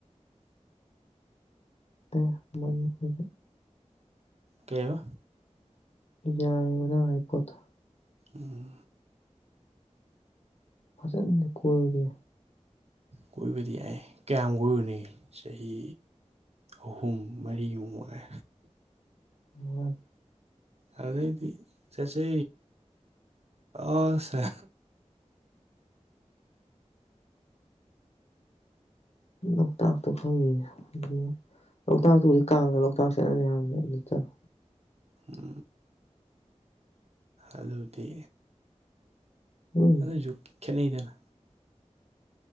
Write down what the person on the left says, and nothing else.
ꯇ ꯃꯣꯏꯄ
ꯌꯥꯏꯕꯗꯥ ꯍꯥꯏ ꯄꯣꯠꯇ
ꯐꯖꯦꯟꯗꯤ ꯀꯅꯤꯦ
ꯎꯝ
ꯂꯣꯛꯇꯥꯛꯇ ꯐꯪꯉꯤꯅꯦ ꯂꯣꯛꯇꯥꯛꯇꯨꯗꯤ ꯀꯥꯡꯅ ꯂꯣꯛꯇꯥꯛ ꯆꯠꯅꯅꯤ ꯍꯥꯏꯕꯅꯤ ꯑꯗꯨ ꯆꯠꯂꯣ
ꯎꯝ